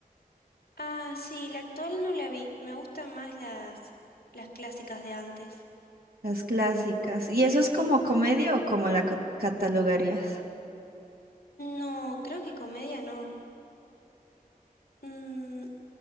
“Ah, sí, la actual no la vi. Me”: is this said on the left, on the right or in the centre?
Left